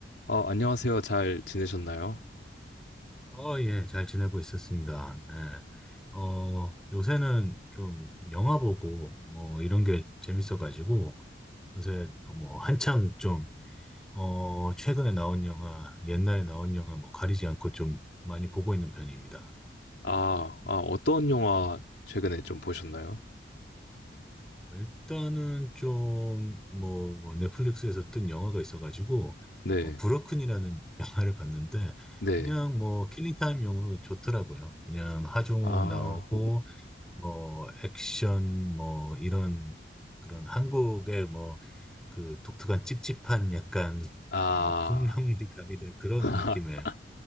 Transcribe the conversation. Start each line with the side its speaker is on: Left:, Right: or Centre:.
Left: 아, 안녕하세요. 잘 지내셨나요?
Centre: 어, 예, 잘 지내고 있었습니다. 네. 어, 요새는 좀 영화 보고 뭐 이런 게 재밌어가지고 요새 뭐 한창 좀, 어, 최근에 나온 영화, 옛날에 나온 영화 뭐 가리지 않고 좀 많이 보고 있는 편입니다.
Left: 아, 아, 어떤 영화 최근에 좀 보셨나요?
Centre: 일단은 좀 뭐 넷플릭스에서 뜬 영화가 있어가지고
Left: 네,
Centre: 뭐 브로큰이라는 <laughs> 영화를 봤는데
Left: 네.
Centre: 그냥 뭐 킬링타임용으로 좋더라고요. 그냥 하정우
Left: 아,
Centre: 나오고 뭐 액션 뭐 이런 그런 한국의 뭐 그 독특한 찝찝한 약간
Left: 아,
Centre: 뭐 폭력미 가미된 그런
Left: <laughs>
Centre: 느낌의